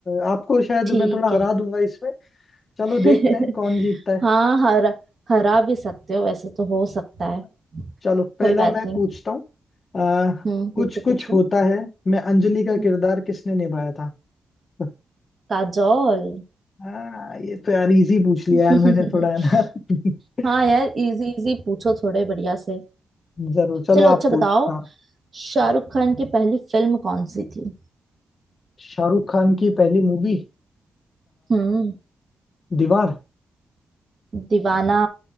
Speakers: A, on the left (about 40°); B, on the right (about 35°).
A: आपको शायद
B: ठीक
A: मैं थोड़ा
B: है
A: हरा दूंगा इसमें चलो
B: <laughs>
A: देखते हैं कौन जीतता है
B: हाँ हरा हरा भी सकते हो वैसे तो हो सकता
A: है
B: है
A: ना? चलो
B: कोई
A: पहला
B: बात
A: मैं
B: नहीं
A: पूछता हूँ आ,
B: हम्म पूछो
A: कुछ कुछ
B: पूछो
A: होता है मैं अंजलि का
B: हम्म,
A: किरदार किसने निभाया था <laughs>
B: काजोल
A: आ, ये तो यार इजी पूछ लिया
B: <laughs>
A: यार मैंने थोड़ा है ना <laughs>
B: हाँ यार इजी इजी पूछो थोड़े बढ़िया से
A: जरूर चलो
B: चलो
A: आप
B: अच्छा
A: पूछ
B: बताओ
A: हाँ
B: शाहरुख खान की पहली फिल्म कौन सी थी
A: शाहरुख खान की पहली मूवी
B: हम्म
A: दीवार
B: दीवाना